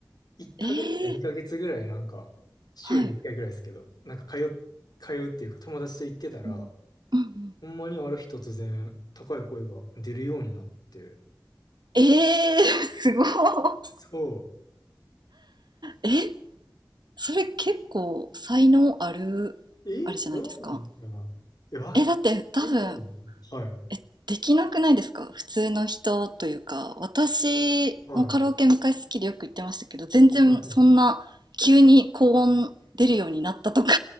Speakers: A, on the left; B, on the right.
A: 1ヶ月か2ヶ月ぐらいなんか、
B: えー、
A: 週に1回ぐらいですけど、
B: はい。
A: なんか通っ、通うっていうか友達と行ってたら、
B: うんうんうん
A: ほんまにある日突然高い声が出るようになって、
B: えー、<laughs> すごい。
A: そ
B: え、それ結構才能ある、
A: う。えどうなんかなえ、
B: あれじゃないですか。
A: 若
B: え、だって多分、
A: いねはい。
B: え、できなくないですか普通の人というか、私もカラオケ昔好きでよく行ってましたけど、
A: はい。
B: 全然そんな急に高音出るようになったとか、
A: あはいはい。